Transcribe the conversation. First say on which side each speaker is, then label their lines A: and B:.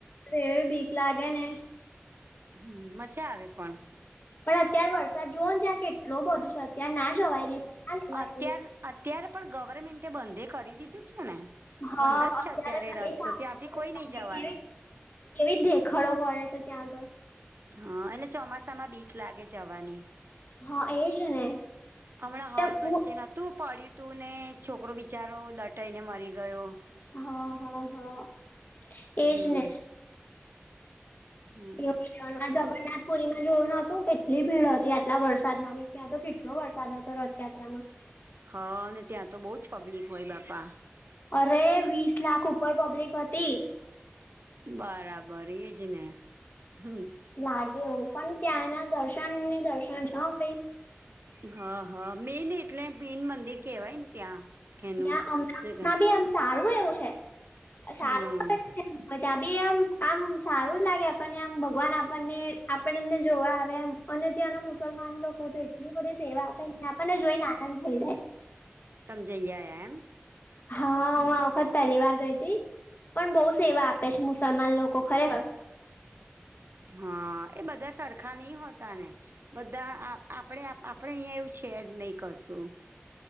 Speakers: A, on the left (about 45°); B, on the right (about 60°).
A: એવી બીક લાગે ને
B: હમ મજા આવે પણ.
A: પણ અત્યારે વરસાદ જોુન ત્યાં કેટલો બધો છે અત્યારે ના જવાય ર ના લેવાય.
B: અત્યાર અત્યારે પણ ગવર્મેન્ટે બંધે કરી દીધું છે ને બંધ
A: હા
B: જ છે અત્યારે રસ્તો
A: એ સારું
B: ત્યાંથી
A: લાગે,
B: કોઈ નહી જવાનું.
A: કેવી કેવી દેખડો પડે છે ત્યાં આગળ
B: હા એટલે ચોમાસામાં બી લાગે જવાની
A: હા એજ ને
B: હમણાં હોલ
A: એમ હું-
B: વચ્ચે તું પડ્યું તું ને છોકરો બિચારો દટાઈને મરી ગયો.
A: હા હા હા એજ
B: હમ
A: ને.
B: હમ
A: એવું જગન્નાથ પુરી માં જોયું ન હતું કેટલી ભીડ હતી આટલા વરસાદ માં બી ત્યાં તો કેટલો વરસાદ હતો રથયાત્રામાં.
B: હા અનેને ત્યાં તો બહુ જ પબ્લિક હોય બાપા.
A: અરે વીસ લાખ ઉપર પબ્લિક હતી.
B: બરાબર એ જ ને હમ્મ.
A: લાગે હો પણ ત્યાંના દર્શન ને દર્શન છ ભાઈ.
B: હા હા મેન એટલે મેન મંદિર કેહેવાયને ત્યાં. એનું
A: ના અમદાવાદમાં
B: જગન
A: બી એમ સારું એવું છે સારું
B: હમ
A: પછી ભી આમ આમ સારું જ લાગે આપણને આમ ભગવાન આપણને. આપણને એમને જોવા આવે એમ અને ત્યાંના મુસલમાન લોકો તો એટલી બધી સેવા આપે આપણને જોઈ ને આ ના થઈ જાય.
B: તમ જઈ આયા એમ.
A: હા હું આ વખત પહેલી વાર ગઈ હતી પણ બહુ સેવા આપે છે મુસલમાન લોકો ખરેખર.
B: હા એ બધા સરખા નહી હોતા ને બધા આ આપણેે આપડે અહીયાયા એવું છે જ નહી કશું.